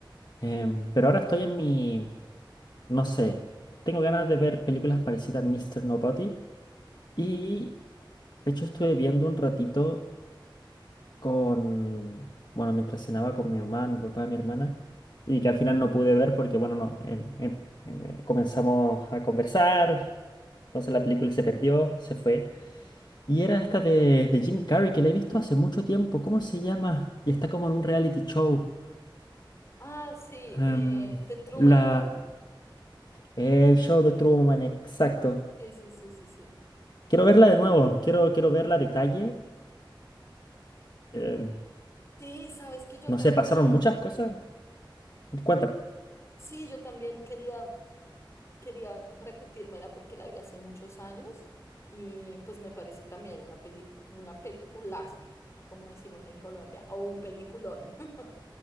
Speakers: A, on the left; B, on the left.
A: Em, pero ahora estoy en mi... No sé. Tengo ganas de ver películas parecidas a Mr. Nobody. Y de hecho estuve viendo un ratito con, bueno, mientras cenaba con mi mamá, mi papá, mi hermana, y que al final no pude ver porque, bueno, no, em- em- em, eh, comenzamos a conversar, entonces la película se perdió, se fue. Y era esta de, de Jim Carrey, que la he visto hace mucho tiempo, ¿cómo se llama? Y está como en un reality show.
B: Ah, sí,
A: Em,
B: eh, The Truman
A: la...
B: Show.
A: El show de Truman, exacto.
B: Sí, sí, sí, sí, sí.
A: Quiero verla de nuevo, quiero, quiero verla a detalle. em,
B: Sí, sabes que yo
A: No
B: también,
A: sé, pasaron muchas cosas. Cuéntame,
B: sí, yo también quería, quería repetírmela porque la vi hace muchos años y pues me parece también una pelicu- una peliculaza, como decimos en Colombia, o un peliculón, <laughs>